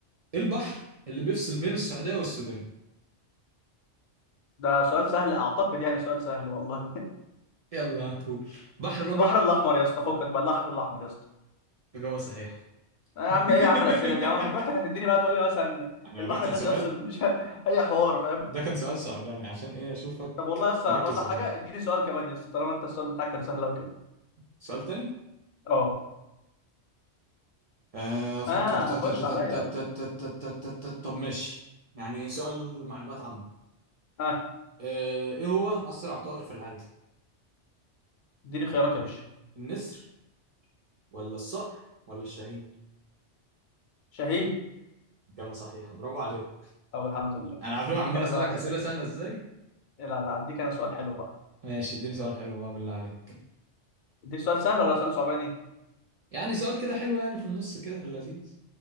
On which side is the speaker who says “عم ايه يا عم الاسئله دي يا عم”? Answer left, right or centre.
Left